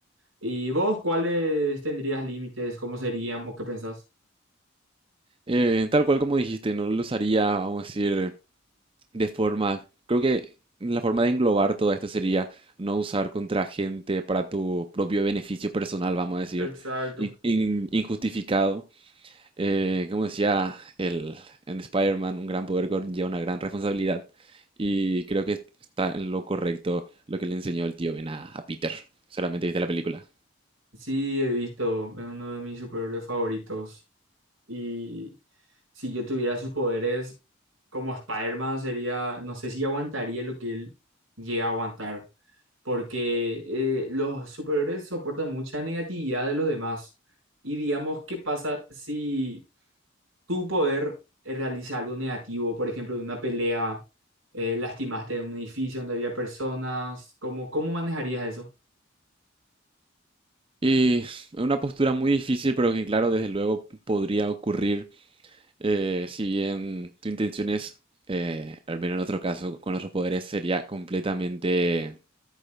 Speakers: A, on the right; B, on the right.
A: ¿Y vos cuáles tendrías límites? ¿Cómo serían o qué pensás?
B: Eh, tal cual como dijiste, no lo usaría, vamos a decir de forma, creo que la forma de englobar todo esto sería no usar contra gente para tu propio beneficio personal, vamos a decir,
A: Exacto.
B: in- in- injustificado. Eh, como decía el, en Spider-Man, un gran poder conlleva una gran responsabilidad. Y creo que está en lo correcto lo que le enseñó el tío Ben a, a Peter. Solamente viste la película.
A: Sí, he visto, es uno de mis superhéroes favoritos. Y si yo tuviera sus poderes como Spider-Man, sería, no sé si aguantaría lo que él llega a aguantar, porque eh, los superhéroes soportan mucha negatividad de los demás. Y digamos, ¿qué pasa si tú poder eh, realizar algo negativo, por ejemplo, de una pelea, eh, lastimaste en un edificio donde había personas, ¿cómo, cómo manejarías eso?
B: Y es una postura muy difícil, pero que claro, desde luego podría ocurrir Eh, si bien tu intención es, eh, al menos en otro caso, con nuestros poderes sería completamente,